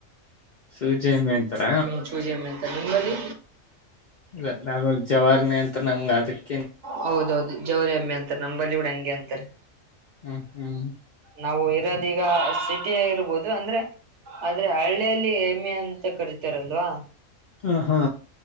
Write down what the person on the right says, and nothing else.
ಹ್ಮ್ ಚೂಜಿ ಎಮ್ಮೆ ಅಂತಾರೆ ನಿಮ್ಮಲ್ಲಿ
ಹೌದೌದು ಜವರಿ ಏಮ್ಮಿ ಅಂತಾರೆ ನಮ್ಮಂಬಲ್ಲಿ ಬುಡ ಹಂಗೆ ಅಂತಾರೆ.
ನಾವು ಇರೋದೀಗ ಸಿಟಿ ಇರ್ಬೋದು ಅಂದ್ರೆ ಆದ್ರೆ ಹಳ್ಳಿಯಲ್ಲಿ ಎಮೆ ಅಂತ ಕರಿತಾರಲ್ವಾ.